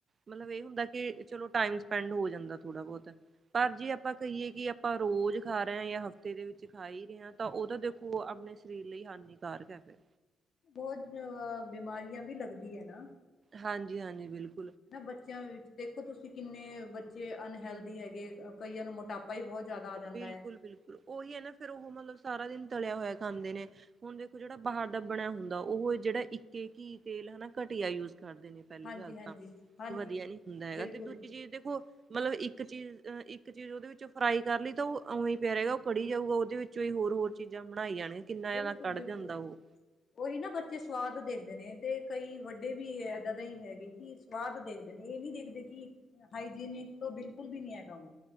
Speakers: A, on the right (about 45°); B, on the left (about 55°).
A: ਮਤਲਬ ਇਹ ਹੁੰਦਾ ਕਿ ਚੱਲੋ ਟਾਈਮ ਸਪੈਂਡ ਹੋ ਜਾਂਦਾ ਥੋੜਾ ਬਹੁਤ। ਪਰ ਜੇ ਆਪਾਂ ਕਹੀਏ ਕਿ ਆਪਾਂ ਰੋਜ਼ ਖਾ ਰਹੇ ਹਾਂ ਜਾਂ ਹਫ਼ਤੇ ਦੇ ਵਿੱਚ ਖਾ ਹੀ ਰਹੇ ਹਾਂ। ਤਾਂ ਉਹ ਤਾਂ ਦੇਖੋ ਆਪਣੇ ਸਰੀਰ ਲਈ ਹਾਨੀਕਾਰਕ ਹੈ ਫਿਰ
B: ਬਹੁਤ ਬਿਮਾਰੀਆਂ ਵੀ ਲੱਗਦੀ ਹੈ ਨਾ।
A: ਹਾਂਜੀ-ਹਾਂਜੀ। ਬਿਲਕੁਲ।
B: ਹਨਾ, ਬੱਚਿਆਂ ਵਿੱਚ ਦੇਖੋ ਤੁਸੀਂ ਕਿ ਕਿੰਨੇ ਬੱਚੇ ਅਨਹੇਲਦੀ ਹੈਗੇ। ਕਈਆਂ ਨੂੰ ਮੋਟਾਪਾ ਹੀ ਬਹੁਤ ਜ਼ਿਆਦਾ ਜਾਂਦਾ
A: ਬਿਲਕੁਲ
B: ਹੈ
A: ਬਿਲਕੁਲ ਉਹੀ ਹੈ ਨਾ ਫਿਰ ਉਹ ਮਤਲਬ ਸਾਰਾ ਦਿਨ ਤਲਿਆ ਹੋਇਆ ਖਾਂਦੇ ਨੇ ਹੁਣ ਦੇਖੋ ਜਿਹੜਾ ਬਾਹਰ ਦਾ ਬਣਿਆ ਹੁੰਦਾ ਉਹ ਜਿਹੜਾ ਇੱਕ ਘੀ ਤੇਲ ਹਨਾ ਘਟੀਆ ਯੂਜ ਕਰਦੇ ਨੇ ਪਹਿਲੀ
B: ਹਾਂਜੀ
A: ਗੱਲ
B: ਹਾਂਜੀ
A: ਤਾਂ,
B: ਹਾਂਜੀ
A: ਵਧੀਆ ਨੀ ਹੁੰਦਾ ਹੈਗਾ
B: ਬਿਲਕੁਲ
A: ਤੇ ਦੂਜੀ ਚੀਜ਼ ਦੇਖੋ ਮਤਲਬ ਇੱਕ ਚੀਜ਼ ਅ ਇੱਕ ਚੀਜ਼ ਉਹਦੇ ਵਿੱਚ ਫਰਾਈ ਕਰ ਲਈ ਤਾਂ ਉਹ ਉਵੇਂ ਹੀ ਪਿਆ ਰਹਾਂਗਾ ਉਹ ਕੜੀ ਜਾਊਗਾ ਉਹਦੇ ਵਿੱਚੋਂ ਹੀ ਹੋਰ- ਹੋਰ ਚੀਜ਼ਾਂ ਬਣਾਈ ਜਾਣ ਕਿੰਨਾ ਜਿਆਦਾ
B: ਬਿਲਕੁਲ
A: ਕੱਢ
B: ਬਿਲਕੁਲ
A: ਜਾਂਦਾ ਉਹ
B: ਉਹੀ ਨਾ ਬੱਚੇ ਸਵਾਦ ਦੇਖਦੇ ਨੇ ਤੇ ਕਈ ਵੱਡੇ ਵੀ ਇਏਦਾਂ ਦਾ ਹੀ ਹੈਗੇ ਕਿ ਸਵਾਦ ਦੇਖਦੇ ਨੇ ਇਹ ਨੀ ਦੇਖਦੇ ਕਿ ਹਾਈਜੀਨਿਕ ਤੋਂ ਬਿਲਕੁਲ ਵੀ ਨੀ ਹੈਗਾ ਉਹ